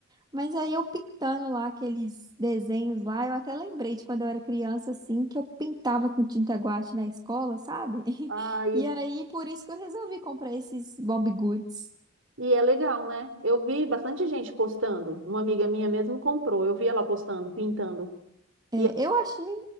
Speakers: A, on the right; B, on the right.
A: Mas aí eu pintando lá aqueles desenhos lá, eu até lembrei de quando eu era criança, assim, que eu pintava com tinta guache na escola, sabe? <laughs>
B: Ai,
A: E aí, por isso que eu resolvi comprar esses Bob Goods.
B: e é legal, né? Eu vi bastante gente postando. Uma amiga minha mesmo comprou, eu vi ela postando, pintando.
A: É,
B: E
A: eu achei,